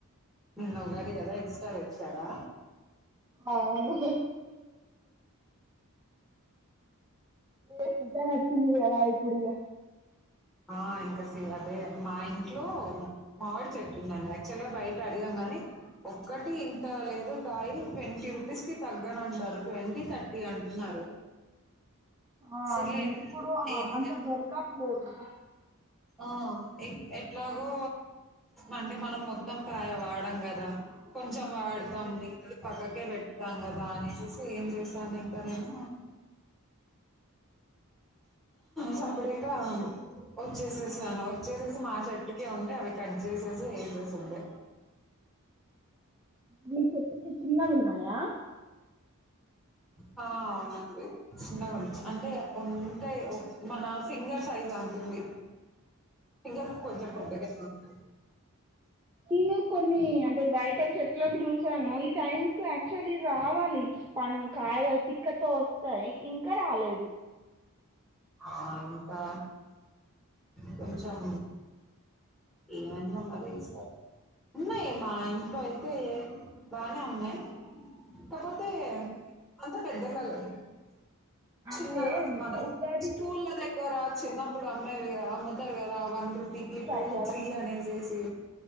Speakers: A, in the centre; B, on the right.
A: నిన్న ఉగాది కదా ఎక్సట్రా తెచ్చారా
B: అవును ఎంత నచ్చింది ఇది ఆ ఇప్పుడు ఇగ
A: ఆ ఇంకా సే అదే మా ఇంట్లో మామిడి చెట్టుందండి యాక్చువల్ గా బయట అడిగాం గాని ఒక్కటి ఇంత లేదు కాయ ట్వంటీ రూపీస్ కి తగ్గని అంటారు ట్వంటీ థర్టీ అంటున్నారు
B: ఆ
A: సర్లే
B: ఇప్పుడు
A: ఏం
B: అంత దొరకట్లేదు
A: ఆ ఎట్లాగో అంటే మనం మొత్తం కాయ వాడం కదా కొంచెం వాడుతాం
B: అవును
A: మిగితాది పక్కక్ ఇకే పెడతాం కదా అనేసి ఏం చేశాను ఇంకా నేను సప్పడేక వచ్చేసేసాను వచ్చేసేసి మా చెట్టుకే ఉంటే అవి కట్ చేసేసి వెసేసిండే
B: మీ చేటుకి చిన్నగా ఉన్నాయా
A: హా నాకు చిన్నగా ఉన్నాయి అంటే ఉంటాయి మన ఫింగర్ సైజ్ అంతే ఉంది ఇంకా కొంచెం
B: అవును
A: పెద్దగానే ఉంది
B: నేను కొన్ని అంటే బయట చెట్లకి చూసాను ఈ టైం కు యాక్చువల్ రావాలి పం కాయ పిక్కతో వస్తాయి ఇంకా రాలేదు
A: ఆ ఇంకా కొంచెం ఏమన్నా మరి ఈ సారి ఉన్నాయి మా ఇంట్లో అయితే బానే ఉన్నాయి కాకపోతే అంత పెద్దగా లెవ్
B: అదే
A: చిన్నగా మనం
B: ఉగాదికి
A: స్కూల్ లేగ్ ఓరా చిన్నప్పుడు అమేదికదా అమ్ముతారు కదా వన్ రూ టికెటు
B: వస్తాయి కదా
A: త్రీ అనేసేసి